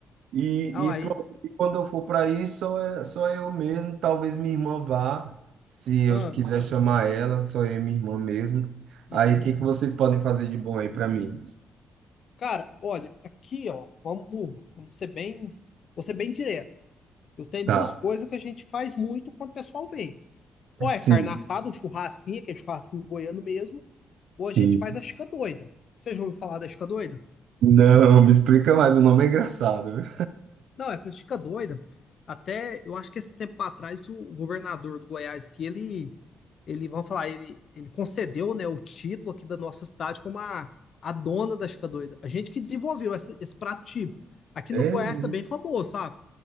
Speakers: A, on the right (about 75°); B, on the left (about 45°).
A: E,
B: Ah,
A: e
B: aí.
A: pronto, e quando eu for para aí, só, é- só eu mesmo. Talvez minha irmã vá, se eu
B: Ah,
A: quiser chamar ela, só eu e minha irmã mesmo. Aí,
B: uhum.
A: o que que vocês podem fazer de bom aí para mim?
B: Cara, olha, aqui, ó, vamos, vamos ser bem, vou ser bem direto. Eu tenho
A: Tá,
B: duas coisas que a gente faz muito quando o pessoal vem. Ou é
A: sim,
B: carne assada, um churrasquinho, que é churrasquinho goiano mesmo, Hoje
A: sim.
B: a gente faz a Chica Doida. Vocês já ouviram falar da Chica Doida?
A: Não, me explica mais, o nome é engraçado, viu?
B: Não, essa Chica Doida, até eu acho que esse tempo atrás o governador do Goiás aqui, ele, ele vamos falar, ele, ele concedeu né, o título aqui da nossa cidade como a, a dona da Chica Doida. A gente que desenvolveu essa, esse prato típico. Aqui
A: É,
B: no Goiás
A: mesmo?
B: também tá é famoso, sabe?